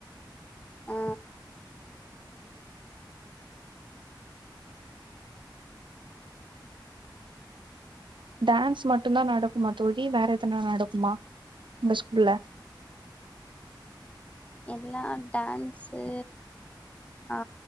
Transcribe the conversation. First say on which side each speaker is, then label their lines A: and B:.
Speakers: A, on the left; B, on the right.
A: ஆ
B: டான்ஸ் மட்டுதா நடக்குமா தோழி வேற எதனா நடக்குமா உங்க ஸ்கூல்ல
A: எல்லா டான்ஸு ஆ